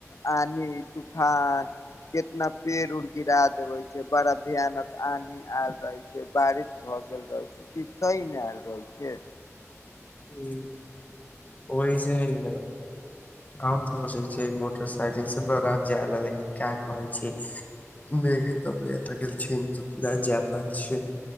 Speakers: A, on the left; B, on the left.
A: आ तूफान कितना पेड़ उड़ गिरा देबै बड़ा भयानक आानी आयल रहे छै, बारिश भऽ गेल रहे छै, किछ सही नहि आयल रहैत छै।
B: ह, ओहि छै हन काम तऽ छै मोटर् बजय से बरात जाए ला लेकिन क कहै छी, नेगे त बलाय लग छै, त ना जा प छै।